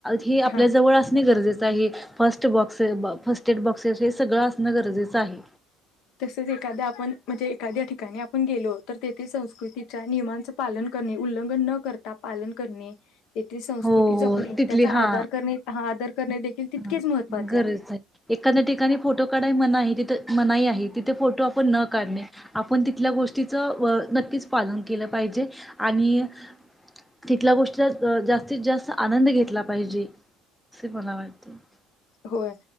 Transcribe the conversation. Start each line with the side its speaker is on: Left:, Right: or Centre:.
Centre: हे आपल्या
Left: हा
Centre: जवळ असणे गरजेच. First box first aid boxes हे सगळं, असंण गरजेचं आहे.
Left: तसच एखाद्या आपण म्हणजे एखाद्या ठिकाणी आपण गेलो तर तेथे संस्कृतीच्या नियमांच पालन करणे उल्लंघन न करता पालन करणे. तेथील संस्कृती
Centre: हो हो
Left: जपणे
Centre: तिथली
Left: त्याचा
Centre: हा
Left: आदर करणे, हा आदर करणे देखील. तितकेच
Centre: हा
Left: महत्त्वाचे
Centre: गरज आहे. एखाद्या ठिकाणी फोटो काढाय मनाई आहे तिथं मनाई, तिथे फोटो आपण न काढणे आपण तिथल्या गोष्टीच नक्कीच पालन केलं पाहिजे आणि तिथल्या गोष्टीचा जास्तीत जास्त आनंद घेतला पाहिजे असे. मला वाट <unintelligible>
Left: होय.